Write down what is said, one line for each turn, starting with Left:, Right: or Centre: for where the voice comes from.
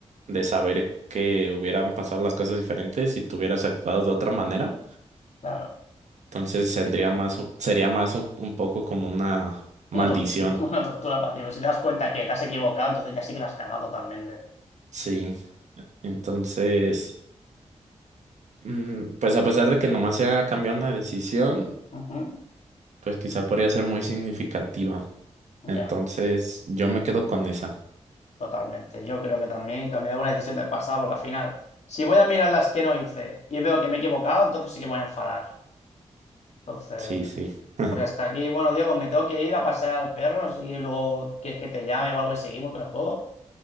Right: de saber que hubieran pasado las cosas diferentes si tú hubieras actuado de otra manera.
Left: claro.
Right: Entonces tendría más, un- sería más un un poco como una maldición.
Left: Una, tor- <laughs> una tortura para ti. pero Si te das cuenta que te has equivocado, entonces ya sí que la has cagado totalmente.
Right: Sí. Entonces, mm, pues a pesar de que nomás se haya cambiado una decisión,
Left: Ujú,
Right: pues quizá podría ser muy significativa. Entonces,
Left: Ya,
Right: yo me quedo con esa.
Left: totalmente. Yo creo que también cambiar alguna decisión del pasado, porque al final, si voy a mirar las que no hice y veo que me he equivocado, entonces sí que me voy a enfadar. Entonces,
Right: Sí, sí. <laughs>
Left: pues hasta aquí. Bueno, Diego, me tengo que ir a pasear al perro. No sé si luego quieres que te llame o algo y seguimos con el juego.